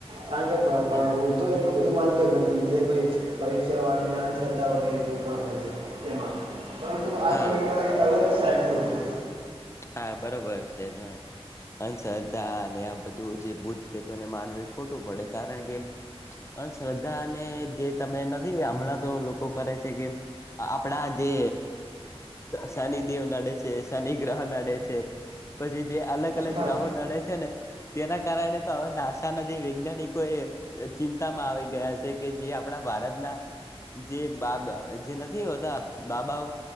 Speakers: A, on the right (about 55°); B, on the left (about 25°).
A: કારણ કે
B: હા
A: હું તો એટલું બધું માન નથી જેઈ પરીક્ષા વાળીને આરતા વગેરે જે પણ હોય છે તેમાં આ
B: હા
A: થોડું એક અલગ જ સાચુ હતું
B: હા બરોબર છે જ અંધશ્રધ્ધા અને આ બધું જે ભૂત પ્રેત તોને માનવું એ ખોટું પડે કારણ કે અંધશ્રદ્ધા ને જે તમે નથી હમણાં તો લોકો કરે છે કે આપણા જે શનિદેવ નડે છે શનિ ગ્રહ નડે છે પછી જે અલગ અલગ
A: હા
B: ગ્રહો નડે છે ને તેના કારણે તો હવે નાસાના જે વૈજ્ઞાનિકો એ ચિંતામાં આવી ગયા છે કે જે આપણા ભારતના જે બાબ જે નથી હોતા બાબાઓ